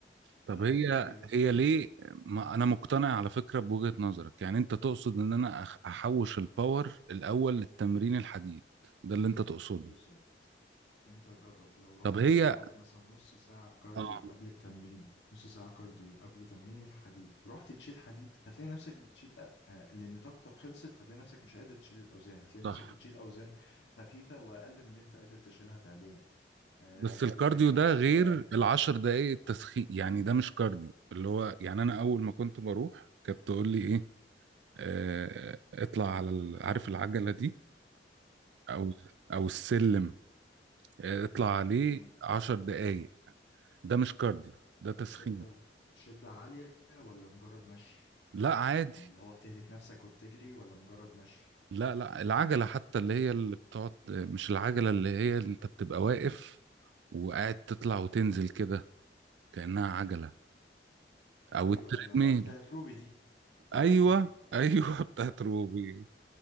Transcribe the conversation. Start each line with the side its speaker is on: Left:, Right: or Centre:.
Right: طب
Left: فدي
Right: هي
Left: إجابة السؤال
Right: هي ليه ما أنا مقتنع على فكرة بوجهة نظرك يعني أنت تقصد إن أنا أح- أحوش الباور الأول للتمرين الحديد ده اللي أنت تقصده
Left: بالظبط أنت جرب لو رحت
Right: طب هي
Left: اتمرنت مثلا نص ساعة كارديو
Right: اه
Left: قبل التمرين نص ساعة كارديو قبل تمرين الحديد رحت تشيل حديد هتلاقي نفسك بتشيل أ- آه، لأن طاقتك خلصت هتلاقي نفسك مش قادر تشيل الأوزان هتلاقي
Right: صح
Left: نفسك بتشيل أوزان خفيفة وأقل من اللي أنت قادر تشيلها فعليا آه
Right: بس الكارديو
Left: لكن لو
Right: ده غير
Left: اه
Right: العشر دقايق التسخين يعني ده مش كارديو اللي هو يعني انا اول ما كنت بروح كانت تقول لي ايه آه اطلع على ال- عارف العجله دي
Left: آه،
Right: او او السلم آه اطلع عليه
Left: تمام
Right: عشر دقايق ده مش كارديو ده
Left: بشدة
Right: تسخين
Left: شدة عالية ولا مجرد مشي
Right: لا عادي
Left: يعني اللي هو بتهلك نفسك وبتجري ولا مجرد مشي
Right: لا لا العجله حتى اللي هي اللي بتقعد مش العجله اللي هي اللي انت بتبقى واقف وقاعد تطلع وتنزل كده كانها عجله او
Left: ايوه
Right: التريدميل
Left: ايوه بتاعت روبي دي بتاعت
Right: ايوه
Left: روبي دي
Right: ايوه <laughs> بتاعت روبي